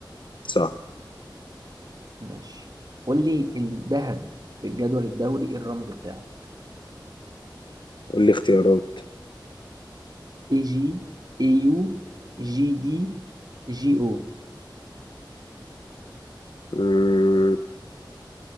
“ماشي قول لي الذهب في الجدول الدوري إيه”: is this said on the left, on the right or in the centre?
Right